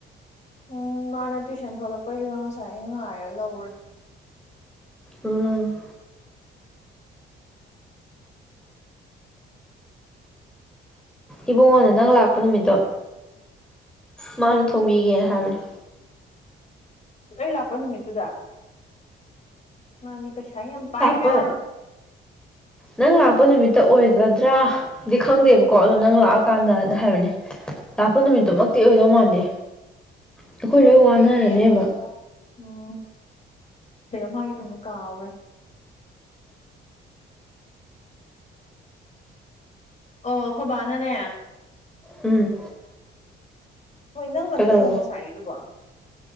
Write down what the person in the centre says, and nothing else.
ꯎꯝ ꯏꯕꯨꯡꯉꯣꯅ ꯅꯪ ꯂꯥꯛꯄ ꯅꯨꯃꯤꯠꯇꯣ ꯃꯥꯅ ꯊꯣꯡꯕꯤꯒꯦꯅ ꯍꯥꯏꯕꯅꯤ
ꯄ
ꯅꯪ ꯂꯥꯛꯄ ꯅꯨꯃꯤꯠꯇ ꯑꯣꯏꯒꯗ꯭ꯔꯥꯗꯤ ꯈꯪꯗꯦꯕꯀꯣ ꯑꯗꯣ ꯅꯪ ꯂꯥꯛꯑꯀꯥꯟꯗꯅ ꯍꯥꯏꯕꯅꯦ ꯂꯥꯛꯄ ꯅꯨꯃꯤꯠꯇꯨꯃꯛꯇꯤ ꯑꯣꯏꯗꯧ ꯃꯥꯟꯗꯦ ꯑꯩꯈꯣꯏ
ꯂꯣꯏ
ꯋꯥꯅꯔꯅꯦꯕ
ꯎꯝ
ꯀꯩꯗꯧꯔꯕ